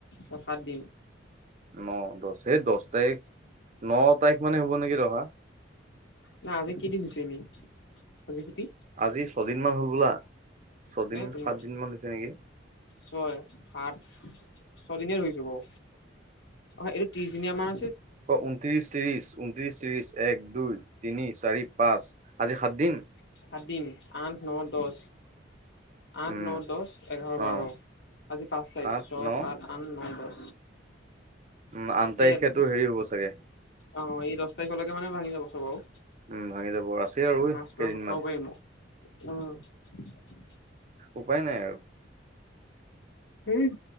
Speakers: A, on the left (about 60°); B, on the right (about 35°).
A: ছয়- সাত দিন।
B: ন -দহ সেই দহ তাৰিখ, ন তাৰিখ মানে হ'ব নেকি দহা।
A: নাই আজি কেইদিন হৈছে এনেই আজি সুটি?
B: আজি ছদিন মান হল বলা ছয়দিন
A: তোমাৰ
B: সাত দিন মান হৈছে নেকি।
A: ছয় সাত ছয়দিনীয়া ধৰিছো বাৰু অ এইটো ত্ৰিশ দিনীয়া মাহ
B: বা ঊনত্ৰিশ তিশ ঊনত্ৰিশ ত্ৰিছ এক দুই তিনি চাৰি পাঁচ আজি সাতদিন।
A: সাত দিন আঠ ন দহ আঠ
B: উম
A: ন দহ এঘাৰ বাৰ
B: অ
A: আজি পাঁচ তাৰিখ
B: আঠ
A: ছয়
B: ন
A: সাত আঠ ন দহ।
B: উম আন তাৰিখেতো
A: এইয়াত
B: হেৰি হ'ব চাগে।
A: অ এই দহ তাৰিখলৈকে মানে ভাঙি যাব চব আও
B: উম ভাঙি যাব। আছেই আৰু
A: মাছ
B: কেইদিনমান
A: মাস খাব পাৰিম উম।
B: উপায় নাই আৰু
A: এই